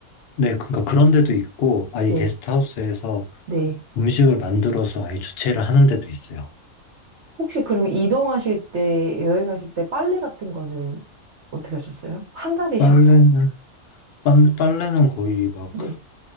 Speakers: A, on the left; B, on the right.
A: 네. 그러니까 그런 데도 있고 아예
B: 네,
A: 게스트하우스에서
B: 네.
A: 음식을 만들어서 아예 주최를 하는 데도 있어요.
B: 혹시 그럼 이동하실 때, 여행하실 때 빨래 같은 거는 어떻게 하셨어요? 한 달이셔서.
A: 빨래는 빨- 빨래는 거의 막
B: 네,